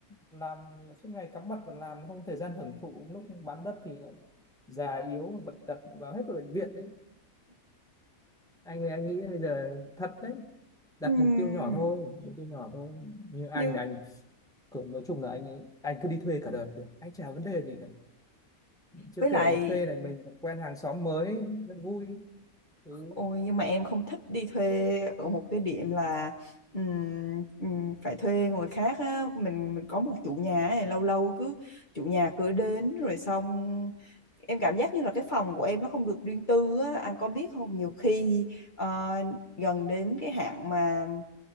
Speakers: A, in the centre; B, on the left.
A: làm suốt ngày cắm mặt vào làm không thời gian hưởng thụ lúc bán đất thì lại già yếu bệnh tật vào hết vào bệnh viện đấy. anh anh nghĩ bây giờ thật đấy đặt
B: Ừm,
A: mục tiêu nhỏ thôi mục tiêu nhỏ thôi như anh
B: như
A: là anh cũng nói chung là anh ấy- anh cứ đi thuê cả đời được anh chả vấn đề gì cả chưa
B: với
A: kể
B: lại
A: đi thuê là mình còn quen hàng xóm mới rất vui ừ
B: Ôi, nhưng mà em không thích đi thuê ở một cái điểm là ừm, ừm, phải thuê người khác á. Mình mình có một chủ nhà này lâu lâu cứ chủ nhà cứ đến rồi xong em cảm giác như là cái phòng của em nó không được riêng tư á. Anh có biết không nhiều khi ờ, gần đến cái hạn mà